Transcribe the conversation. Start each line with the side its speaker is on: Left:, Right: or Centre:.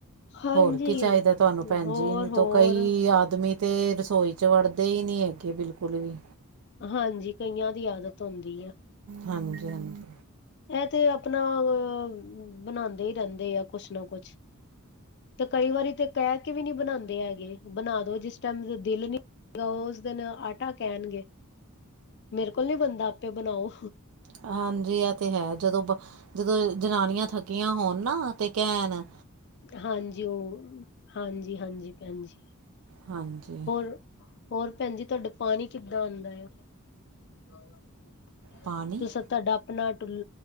Left: ਹਾਂਜੀ
Right: ਹੋਰ ਕੀ ਚਾਹੀਦਾ ਤੁਹਾਨੂੰ ਭੈਣ
Left: ਹੋਰ
Right: ਜੀ
Left: ਹੋਰ
Right: ਕਈ ਆਦਮੀ ਤੇ ਰਸੋਈ ਚ ਵੜਦੇ ਹੀ ਨੀ ਹੈਗੇ ਬਿਲਕੁਲ ਵੀ
Left: ਹਾਂਜੀ, ਕਈਆਂ ਦੀ ਆਦਤ ਹੋੰਦੀ ਐ।
Right: ਹਾਂਜੀ, ਹਾਂਜੀ।
Left: ਐ ਤੇ ਅ ਅਪਨਾ ਅ ਬਨਾਂਦੇ ਈ ਰੈਂਦੇ ਆ, ਕੋਛ ਨਾ ਕੋਛ ਤੇ ਕਈ ਵਾਰੀ ਤੇ ਕੈ ਕੇ ਵੀ ਨੀ ਬਨਾਂਦੇ ਹੈਗੇ, ਬਨਾ ਦੋ ਜੇਸਟੈਮ ਦੇਲ ਨੀ <unintelligible> ਓਸ ਦੇਨ ਆਟਾ ਕੈਨਗੇ, ਮੇਰੇ ਕੋਲ ਨੀ ਬੰਦਾ ਆਪੇ ਬਨਾਓ
Right: ਹਾਂਜੀ, ਐ ਤੇ ਹੈ ਜਦੋ ਬ ਜਦੋ ਜਨਾਨੀਆਂ ਥੱਕੀਆਂ ਹੋਨ ਨਾ ਤੇ ਕੈਨ
Left: ਹਾਂਜੀ, ਓਹ ਹਾਂਜੀ, ਹਾਂਜੀ ਪੈਂਜੀ
Right: ਹਾਂਜੀ
Left: ਹੋਰ, ਹੋਰ ਪੈਂਨੀ ਜੀ ਤੁਆਡਾ ਪਾਨੀ ਕਿੱਦਾਂ ਆਂਦਾ ਯਾ। <unintelligible>
Right: ਪਾਣੀ
Left: ਅਪਨਾ ਟੁਲ